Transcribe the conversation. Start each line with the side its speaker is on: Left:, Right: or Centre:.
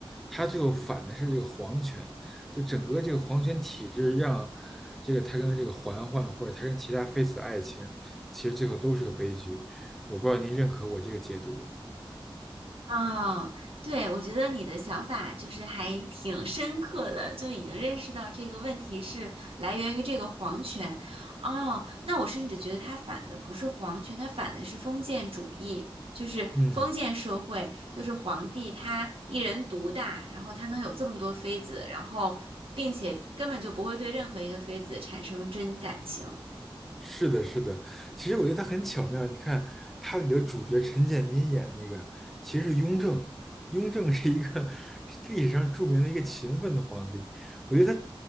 Centre: 他最后反的是这个皇权，就整个这个皇权体制让这个他跟这个嬛嬛或者他跟其他妃子的爱情，其实最后都是个悲剧。我不知道您认可我这个解读吗？
Right: 啊，对，我觉得你的想法就是还挺深刻的，就已经认识到这个问题是来源于这个皇权。哦，那我甚至觉得他反的不是皇权，他反的是封建主义，就是封建社会，
Centre: 嗯。
Right: 就是皇帝他一人独大，然后他能有这么多妃子，然后并且根本就不会对任何一个妃子产生真感情。
Centre: 是的，是的，其实我觉得他很巧妙。你看，他里的主角陈建斌演那个，其实是雍正。雍正是一个是历史上著名的一个勤奋的皇帝。我觉得他